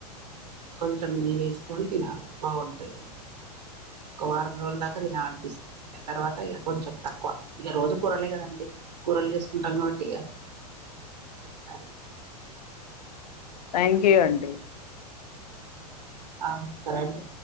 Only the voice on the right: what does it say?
కొంచెం నెయ్యి వేసుకొని తినాలి బాగుంటది ఒక వారం రోజుల దాకా తినాలని ఆనిపిస్తది తర్వాత ఇక కొంచెం తక్కువ ఇక రోజు కూరలే కదండి కూరలు చేసుకుంటాం కాబట్టి అదె
ఆ సరే అండి